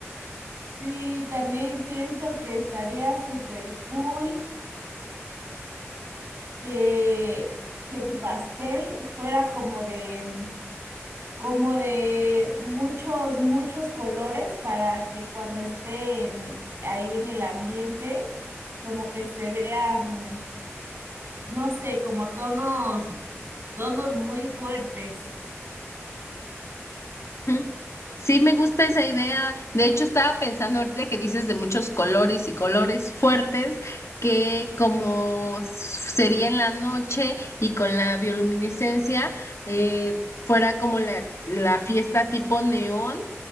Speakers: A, on the right; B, on the left.
A: Sí, también pienso que estaría súper cool que, que tu pastel fuera como de, mm, como de muchos, muchos colores para que cuando estén ahí en el ambiente, como que se vean, no sé, como tonos, tonos muy fuertes.
B: Mm, Sí, me gusta esa idea. De hecho, estaba pensando ahorita que dices de muchos colores y colores fuertes, que como s- sería en la noche y con la bioluminiscencia, eh, fuera como la, la fiesta tipo neón